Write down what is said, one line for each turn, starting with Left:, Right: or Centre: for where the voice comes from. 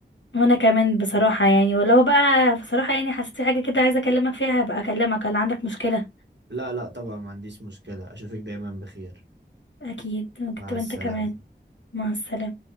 Left: وانا كمان بصراحه يعني ولو بقى بصراحه يعني حسيت حاجه كده عايزه اكلمك فيها هبقى اكلمك لو عندك مشكله
Right: لا لا طبعا ما عنديش مشكلة اشوفك دايما بخير
Left: اكيد كنت
Right: مع
Left: وانت
Right: السلامة
Left: كمان مع السلامه